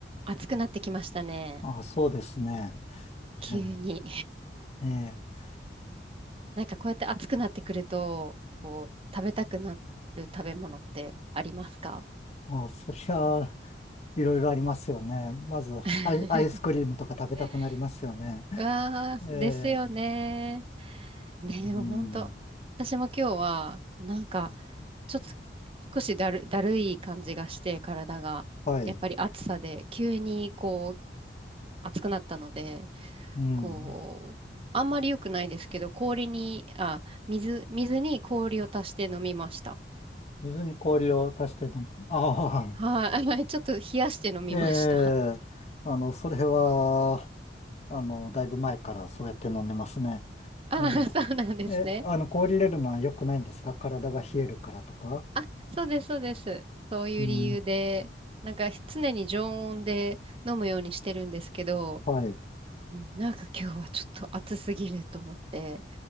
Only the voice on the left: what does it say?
あ、そうですね。え
え、ねえ。
あ、そりゃあ、いろいろありますよね。まずアイ、
アイスクリームとか食べたくなりますよね。
え
え、
うん。
はい。
うん。
水に氷を足して飲む。ああ、
ええ、
あの、それは、あの、だいぶ前からそうやって飲んでますね。
え
え。え、あの、氷入れるのは良くないんですか体が冷えるからとか。
うん。
はい。